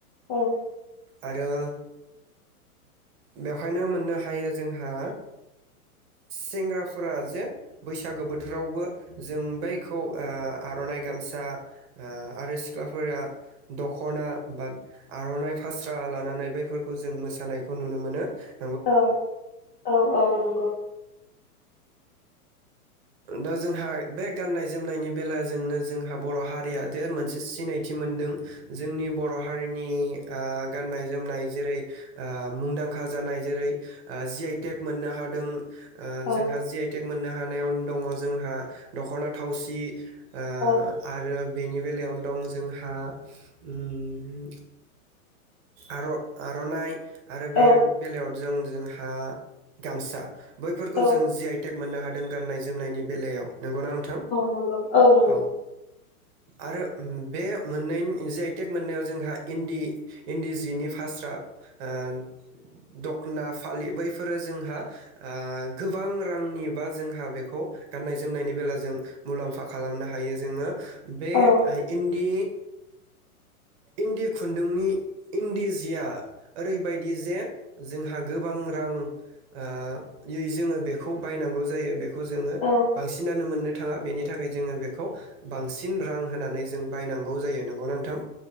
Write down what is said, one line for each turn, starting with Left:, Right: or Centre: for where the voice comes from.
Left: औ
Right: आरो बेवहायनो मोननो हायो जोंहा सेंग्राफोरा जे बैसागो बोथोरावबो जों बैखौ ओ आर'नाइ गामसा ओ आरो सिख्लाफोरा दख'ना बा आर'नाइ फास्रा लानानै बैफोरखौ जों मोसानायखौ नुनो मोनो ।
Left: औ औ औ नंगौ।
Right: दा जोंहा बे गाननाय जोमनायनि बेलाजोंनो जोंहा बर' हारिया दे मोनसे सिनायथि मोनदों जोंनि बर' हारिनि ओ गाननाय जोमनाय जेरै ओ मुंदांखा जानाय जेरै जि आइ टेक मोननो हादों ओ
Left: औ
Right: जोंहा जि आइ टेक मोननो हानायाव दङ जोंहा दख'ना थावसि ओ
Left: औ
Right: आरो बेनि बेलायावनो दं जोंहा उम आर'-आर'नाइ आरो बे
Left: औ
Right: बेलायाव जों जों हा गामसा बैफोर खौ
Left: औ
Right: जों जि आइ टेक मोननो हादों गाननाय जोमनायनि बेलायाव। नोंगौ ना नोंथां?
Left: नंगौ नंगौ
Right: औ आरो उम बे मोननायनि जि आइ टेक मोननाआव जोंहा इन्दि इन्दि जिनि फास्रा ओ दख'ना फालि बैफोरो जोंहा ओ गोबां रांनिबा जोंहा बेखौ गाननाय जोमनायनि बेला जों मुलाम्फा खालामनो हायो जोङो। बे
Left: औ
Right: ओ इन्दि इन्दि खुन्दुंनि इन्दि जिया ओरैबायदि जे जोंहा गोबां रां ओ युज जोङो बेखौ बायनांगौ जायो बे खौ जोङो
Left: औ
Right: बांसिनानो मोननो था थाङा बेनि थाखाय जोङो बे खौ बांसिन रां होनानै जों बायनांगौ जायो नोंगौना नोंथां?